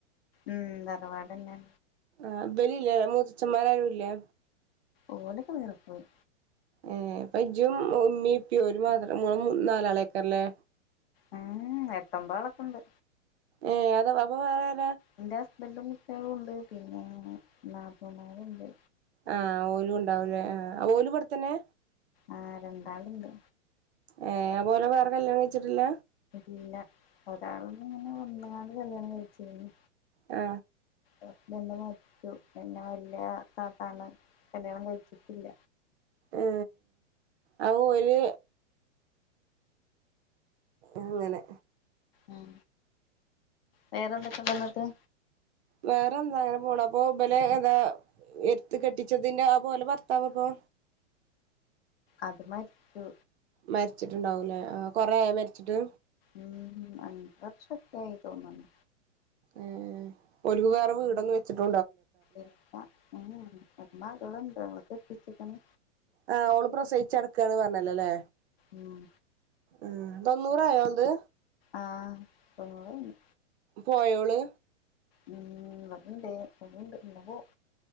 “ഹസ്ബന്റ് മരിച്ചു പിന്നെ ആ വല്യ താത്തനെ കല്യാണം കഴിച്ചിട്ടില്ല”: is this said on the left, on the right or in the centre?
Left